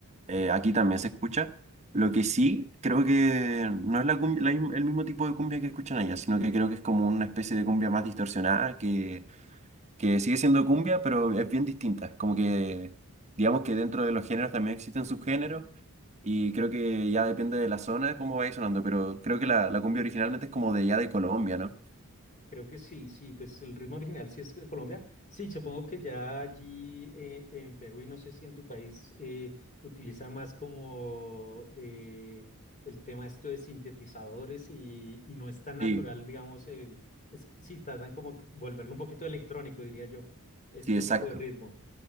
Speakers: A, on the right (about 30°); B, on the left (about 35°).
A: eh, aquí también se escucha. Lo que sí, creo que no es la cumbia- la misma- el mismo tipo de cumbia que escuchan allá, sino que creo que es como una especie de cumbia más distorsionada, que, que sigue siendo cumbia, pero es bien distinta. Es Como que, digamos que dentro de los géneros también existen subgéneros, y creo que ya depende de la zona cómo vaya sonando, pero creo que la, la cumbia originalmente es como de ya de Colombia, ¿no?
B: Creo que sí, sí, pues el ritmo original sí es de Colombia. Sí, supongo que ya allí eh, en Perú y no sé si en tu país eh, utilizan más como eh, el tema esto de sintetizadores y, y no es tan natural,
A: Sí,
B: digamos, el, es, que sí, tratan como que volverlo un poquito electrónico, diría yo, este
A: sí, exacto.
B: tipo de ritmo.